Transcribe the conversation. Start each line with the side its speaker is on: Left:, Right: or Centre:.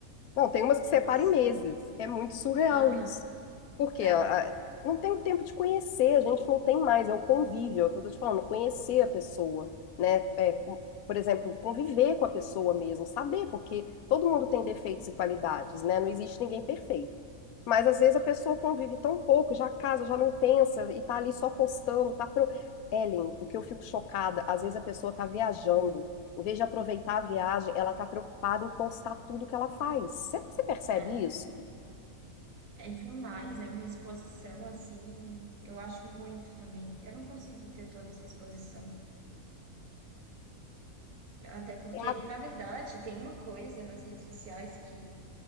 Left: Não, tem umas que
Right: É
Left: separa
Right: isso.
Left: em meses. É muito surreal
Right: Aham.
Left: isso. Porque
Right: É,
Left: a- a- não tem o tempo de conhecer, a gente não tem mais, é o convívio, é o que eu tô te falando, conhecer a pessoa, né? É, com- por exemplo, conviver com a pessoa mesmo, saber, porque todo mundo tem defeitos e qualidades, né? Não existe ninguém perfeito. Mas às vezes a pessoa convive tão pouco, já casa, já não pensa e tá ali só postando, tá pro... Ellen, o que eu fico chocada, às vezes a pessoa tá viajando, em vez de aproveitar a viagem, ela tá preocupada em postar tudo que ela faz. Você você percebe
Right: é.
Left: isso?
Right: É demais, é uma exposição assim. Eu acho muito também. Eu não consigo ter toda essa exposição. Até porque,
Left: É, a-
Right: na verdade, tem uma coisa nas redes sociais que,